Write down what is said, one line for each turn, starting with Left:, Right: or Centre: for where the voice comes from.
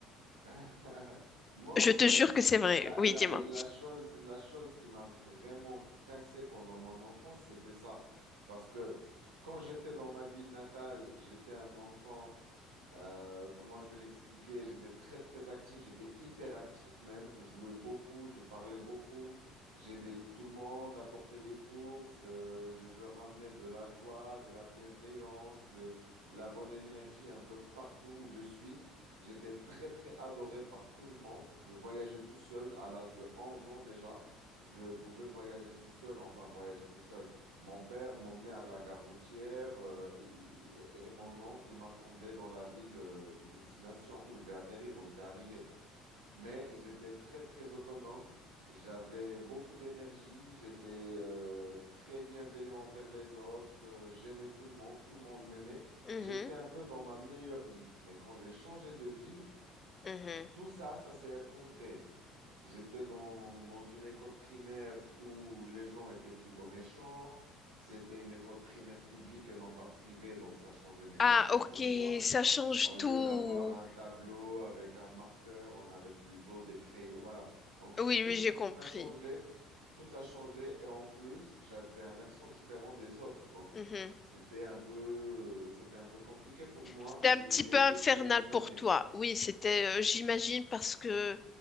Right: <laughs> Moi,
Left: Je
Right: en
Left: te
Right: fait,
Left: jure que c'est vrai.
Right: la,
Left: Oui,
Right: la,
Left: dis-moi.
Right: la chose, la chose qui m'a vraiment cassé pendant mon enfance, c'était ça. Parce que quand j'étais dans ma ville natale, j'étais un enfant Euh, comment je vais l'expliquer? J'étais très, très actif, j'étais hyper actif même. Je jouais beaucoup, je parlais beaucoup, j'aidais tout le monde à porter les courses, euh, je, je ramenais de la joie, de la bienveillance, de la bonne énergie un peu partout où je suis. J'étais très, très adoré par tout le monde. Je voyageais tout seul à l'âge de 11 ans déjà. Je pouvais voyager tout seul, enfin voyager tout seul. Mon père m'emmenait à la gare routière euh, et, et mon oncle m'attendait dans la ville euh, de destination où je vais atterrir, où je vais arriver. Mais j'étais très, très autonome. J'avais beaucoup d'énergie. J'étais euh, très bienveillant envers les autres. euh, j'aimais tout le monde. Tout le monde m'aimait.
Left: Mhm,
Right: J'étais un peu dans ma meilleure vie. Mais quand j'ai changé de ville,
Left: mhm.
Right: tout ça, ça s'est effondré. J'étais dans, dans une école primaire où les gens étaient plutôt méchants. C'était une école primaire publique et non pas privée, donc ça changeait déjà
Left: Ah,
Right: tout
Left: ok,
Right: pour moi.
Left: ça change
Right: Au lieu
Left: tout.
Right: d'avoir un tableau avec un marqueur, on avait plutôt des crayons. Voilà. Donc c-
Left: Oui,
Right: tout,
Left: oui, j'ai
Right: tout,
Left: compris.
Right: tout a changé. Tout a changé. Et en plus, j'avais un accent différent des autres. Donc
Left: Mhm.
Right: c'était un peu, c'était un peu compliqué pour moi
Left: C'était
Right: les
Left: un petit peu infernal
Right: deux premières années.
Left: pour toi. Oui, c'était, euh, j'imagine, parce que